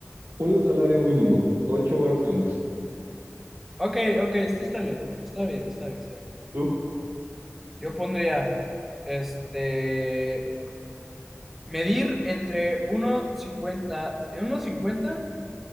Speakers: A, on the right; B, in the centre.
A: Ponle salario mínimo, 8 varos al mes.
B: Ok, ok, sí, está bien, está bien, está bien, está bien.
A: ¿Tú?
B: Yo pondría, este, medir entre uno cincuenta uno cincuenta